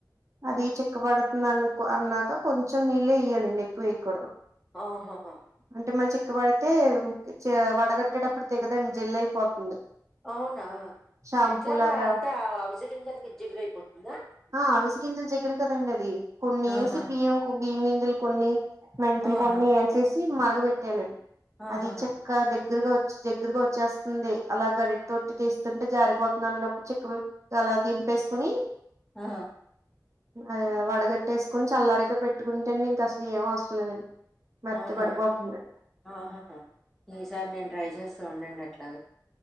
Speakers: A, on the right; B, in the centre.
A: అది చిక్క పడుతుంది అన్కో అన్నాక కొంచెం నీళ్ళే ఎయ్యాలండి ఎక్కువ వేయకూడదు
B: ఆహాహా
A: అంటే మళ్ళీ చిక్కబడితే చ వడగట్టేటప్పుడు దిగదండి జల్లు అయిపోతుంది
B: అవునా
A: షాంపూ
B: ఎట్లా
A: లాగా
B: అంటే అవిసె గింజలకి జిగురైపోతుందా
A: ఆ అవిసె గింజలు జిగురు కదండి అది కొన్ని
B: ఆహా
A: ఎసి బియ్యం కు బియ్యం గింజలు కొన్ని మెంతులు
B: ఆహా
A: కొన్ని ఎసేసి మరగబెట్టేయాలండి
B: ఆహాహా
A: అది చెక్క దగ్గరగా వచ్చి దగ్గరగ వచ్చేస్తంది అలా గరితొట్టి తీస్తుంటే జారిపోతుంది అన్నప్పుడు చిక్కు అలా దింపేసుకుని
B: ఆ
A: ఆ వడగట్టేసుకొని చల్లారకా పెట్టుకుంటే అండి ఇంక అసలు ఏం అవసరం లేదండి మెత్త
B: అవునా
A: పడిపోతుంది
B: ఆహాహా ఈసారి నేను ట్రై చేస్తా ఉండండి అట్లాగా